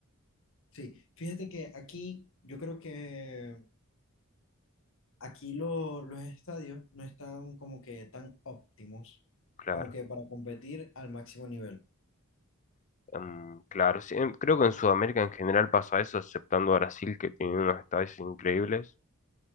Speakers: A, on the left; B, on the left.
A: Sí, fíjate que aquí, yo creo que aquí lo- los estadios no están como que tan óptimos,
B: Claro,
A: como que para competir al máximo nivel.
B: Em, claro. Sí, em, creo que en Sudamérica en general pasa eso, exceptando Brasil, que tiene unos estadios increíbles.